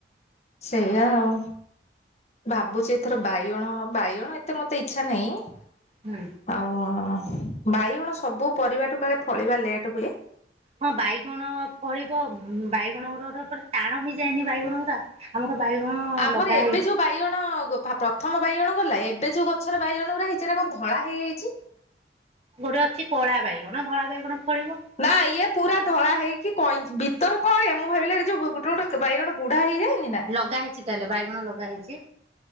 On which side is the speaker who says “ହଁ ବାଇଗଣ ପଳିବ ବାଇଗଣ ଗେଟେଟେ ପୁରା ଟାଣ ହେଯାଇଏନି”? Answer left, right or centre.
Right